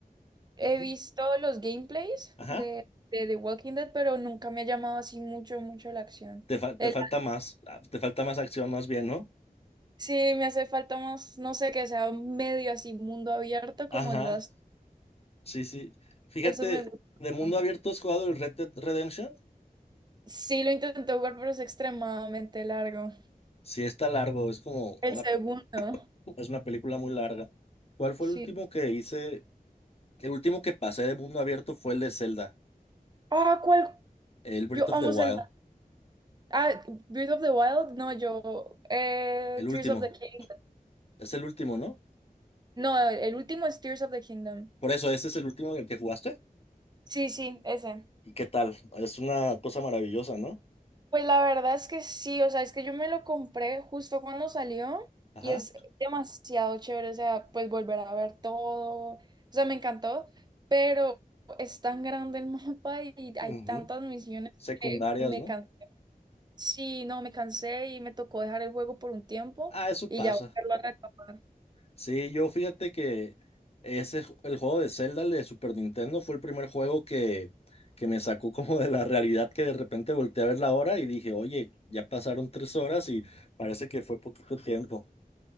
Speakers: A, on the right; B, on the left.
A: he
B: Ujú.
A: visto los gameplays
B: Ajá.
A: de, de The Walking Dead, pero nunca me ha llamado así mucho, mucho la acción.
B: Te, fa-
A: El-
B: te falta más, ah, te falta más acción más bien, ¿no?
A: sí, me hace falta más, no sé, que sea medio así mundo abierto como
B: Ajá,
A: Dios.
B: sí, sí. Fíjate,
A: Eso me gusta
B: de mundo
A: bastante.
B: abierto has jugado el Red Dead Redemption.
A: Sí, lo intenté jugar, pero es extremadamente largo.
B: Sí, está largo, es como
A: El
B: una,
A: segundo,
B: es una película muy larga. ¿Cuál fue
A: sí.
B: el último que hice? El último que pasé de mundo abierto fue el de Zelda,
A: Ah, ¿cuál?
B: el Breath
A: Yo
B: of
A: amo
B: the
A: el...
B: Wild,
A: Ah, Breath of the Wild, no, yo... eh,
B: el
A: Tears
B: último.
A: of the Kingdom.
B: Es el último, ¿no?
A: No, el último es Tears of the Kingdom.
B: Por eso, ese es el último en el que jugaste.
A: Sí, sí, ese.
B: ¿Y qué tal? Es una cosa maravillosa, ¿no?
A: Pues la verdad es que sí, o sea, es que yo me lo compré justo cuando salió
B: Ajá.
A: y es demasiado chévere, o sea, pues volver a ver todo, o sea, me encantó, pero es tan grande el <laughs> mapa y hay
B: Ujú.
A: tantas misiones
B: Secundarias,
A: que me
B: ¿no?
A: cansé. Sí, no, me cansé y me tocó dejar el juego por un tiempo
B: Ah, eso pasa.
A: y ya volverlo a retomar.
B: Sí, yo fíjate que ese ju- el juego de Zelda el de Super Nintendo fue el primer juego que, que me sacó como de la realidad que de repente volteé a ver la hora y dije, oye, ya pasaron tres horas y parece que fue poquito tiempo.